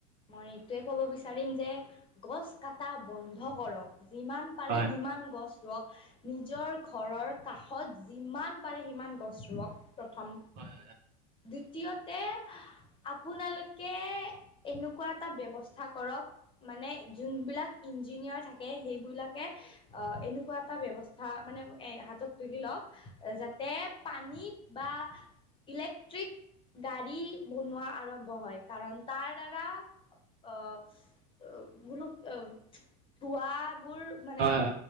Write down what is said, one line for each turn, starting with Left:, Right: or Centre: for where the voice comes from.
Left: মই এইটোৱে ক'ব বিচাৰিম যে গছ কাটা বন্ধ কৰক। যিমান পাৰে
Right: হয়
Left: সিমান গছ ৰোৱক নিজৰ ঘৰৰ কাষত যিমান পাৰে সিমান গছ ৰোৱক। প্ৰথম,
Right: হয়
Left: দ্বিতীয়তে আপোনালোকে এনেকুৱা এটা ব্যৱস্থা কৰক, মানে যোনবিলাক ইঞ্জিনিয়াৰ থাকে সেইবিলাকে অ' এনেকুৱা এটা ব্যৱস্থা মানে এ হাতত তুলি লওঁক যাতে পানীত বা ইলেক্ট্ৰিক গাড়ী বনোৱা আৰম্ভ হয়, কাৰণ তাৰ দাৰা আহ ধোঁৱা বোৰ মানে
Right: হয় হয়